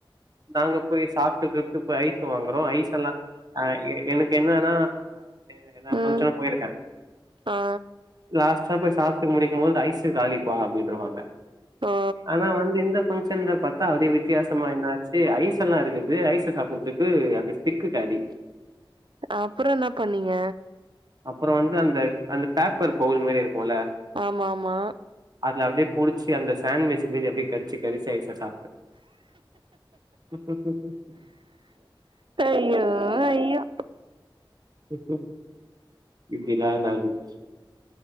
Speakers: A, on the right; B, on the right.
A: நாங்க போய் சாப் ப்ட்டுடுட்டு போய் ஐஸ் வாங்குறோ ஐஸ் எல்லா அ எ எனக்கு என்னன்னா எனக் எல்லா ஃபங்க்ஷனு
B: ம்
A: போயிருக்கே
B: ஆ
A: லாஸ்டா போய் சாப்டு முடிக்கும் போது ஐஸு காலிப்பா அப்டின்ருவாங்க
B: ஓ
A: ஆனா வந்து இந்த டைம்னு பாத்தா அப்டியே வித்தியாசமா என்னாச்சு ஐஸ் எல்லா இருக்குது ஐஸ சாப்புட்றதுக்கு அது ஸ்டிக்கு காலி
B: அப்புறோ என்ன பண்ணீங்க
A: அப்பறம் வந்து அந்த அந்த பேப்பர் பவுல் மாதிரி இருக்கும்ல
B: ஆமாமா
A: அது அப்டியே புடிச்சி அந்த சாண்விச் மி எப்படி கடிச்ச கரிச்சு வைக்கட்டா <unintelligible>
B: ஐயோ ஐயோ
A: <unintelligible>